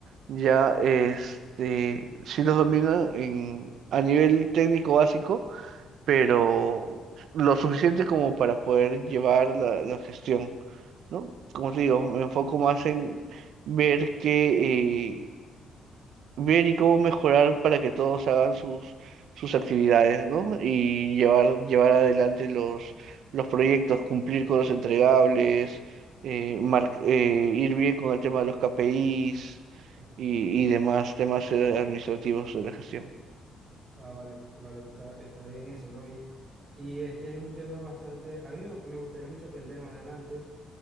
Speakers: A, on the right; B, on the right.
A: Ya, este, sí los domino en, a nivel técnico básico, pero lo suficiente como para poder llevar la, la gestión, ¿no? Como te digo, me enfoco más en ver que ver y cómo mejorar para que todos hagan sus, sus actividades, ¿no? Y llevar, llevar adelante los, los proyectos, cumplir con los entregables, eh, mar- eh, ir bien con el tema de los KPIs
B: Ujú.
A: y, y demás temas eh, administrativos de la gestión.
B: Ah, vale, vale, está, está bien eso, ¿no? Y, y es que es un tema bastante, a mí me me gustaría mucho aprender más adelante